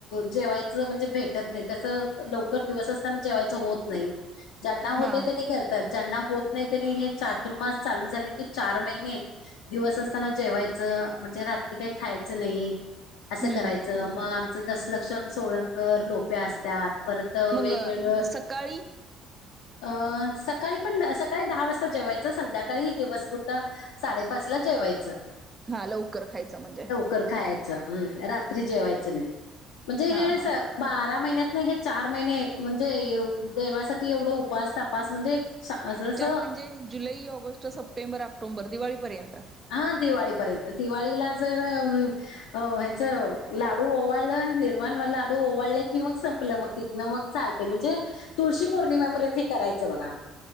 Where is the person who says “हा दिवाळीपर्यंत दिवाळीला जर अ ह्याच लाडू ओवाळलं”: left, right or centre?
Left